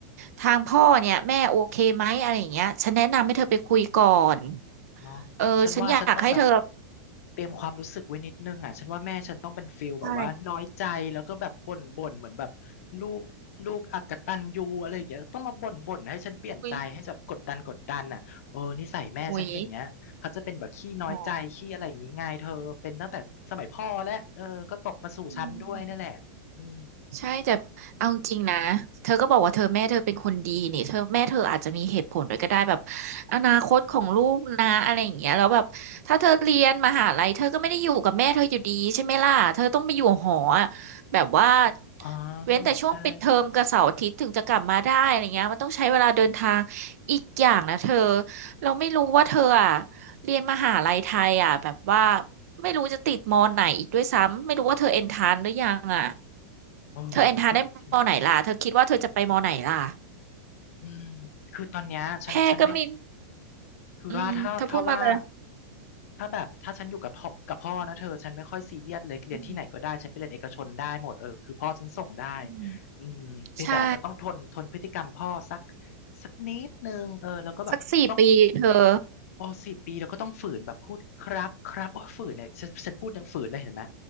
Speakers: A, on the right; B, on the left.
A: ทางพ่อเนี่ยแม่โอเคไหมอะไรอย่างเงี้ยฉันแนะนำให้เธอไปคุยก่อน
B: อืม เนาะฉันว่าฉันต้องแบบ
A: เออฉันอยากให้เธอ
B: เตรียมความรู้สึกไว้นิดนึงอ่ะฉันว่าแม่ฉันต้องเป็นฟิลแบบว่าน้อยใจแล้วก็แบบบ่นบ่นเหมือนแบบลูกลูกอกตัญญูอะไรอย่างเงี้ยต้องมาบ่นบ่นให้ฉันเปลี่ยนใจให้แบบกดดันกดดันอ่ะโอ้นิสัยแม่ฉันเป็นอย่างเงี้ยเขาจะเป็นแบบขี้น้อยใจขี้อะไรอย่างงี้ไงเธอเป็นตั้งแต่สมัยพ่อและเออก็ตกมาสู่ฉันด้วยนั่นแหละอืม
A: ใช่อุ๊ยอุ๊ยอ๋ออืม ใช่แต่เอาจริงนะเธอก็บอกว่าเธอแม่เธอเป็นคนดีนี่เธอแม่เธออาจจะมีเหตุผลด้วยก็ได้แบบอนาคตของลูกนะอะไรอย่างเงี้ยแล้วแบบถ้าเธอเรียนมหาลัยเธอก็ไม่ได้อยู่กับแม่เธออยู่ดีใช่ไหมล่ะเธอต้องไปอยู่หออะแบบว่า
B: อ๋อ
A: เว้นแต่ช่วงปิดเทอมกับเสาร์อาทิตย์ถึงจะกลับมาได้อะไรเงี้ยมันต้องใช้เวลาเดินทาง
B: ใช่
A: อีกอย่างนะเธอเราไม่รู้ว่าเธออ่ะเรียนมหาลัยไทยอ่ะแบบว่าไม่รู้จะติดมอไหนอีกด้วยซ้ำไม่รู้ว่าเธอเอนทานหรือยังอ่ะ
B: โอ้มันก็จริง
A: เธอเอ็นทาได้มอไหนล่ะ เธอคิดว่าเธอจะไปมอไหนล่ะ
B: อืมคือตอนเนี้ยฉันฉันไม่
A: แพร่ก็มี
B: คือว่าถ้าถ้าว่า
A: อืมเธอพูดมาเลย
B: ถ้าแบบถ้าฉันอยู่กับพ่อกับพ่อนะเธอฉันไม่ค่อยซีเรียสเลยเรียนที่ไหนก็ได้ฉันไปเรียนเอกชนได้หมดเออคือพ่อฉันส่งได้
A: อืมอืม
B: อืมเพียงแต่อาจจะต้องทนทนพฤติกรรมพ่อสัก
A: ใช่
B: สักนิดนึงเออแล้วก็แบบต้อง
A: สักสี่ปีเธอ
B: โอสี่ปีแล้วก็ต้องฝืนแบบพูดครับครับโอ้ฝืนเนี่ยฉันฉันพูดยังฝืนเลยเห็นไหม